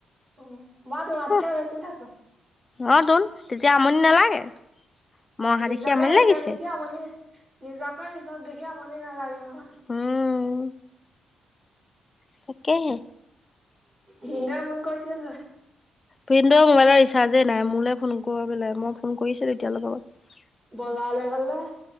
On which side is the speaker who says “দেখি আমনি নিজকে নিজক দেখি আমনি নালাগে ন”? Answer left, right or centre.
Right